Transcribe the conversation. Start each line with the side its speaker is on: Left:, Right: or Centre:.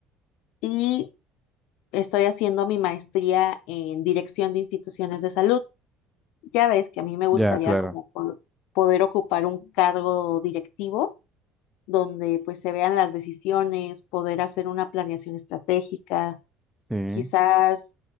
Left: Y estoy haciendo mi maestría en dirección de instituciones de salud. Ya ves que a mí me gustaría
Centre: Ya, claro.
Left: como po- poder ocupar un cargo directivo donde pues se vean las decisiones, poder hacer una planeación estratégica,
Centre: Sí,
Left: quizás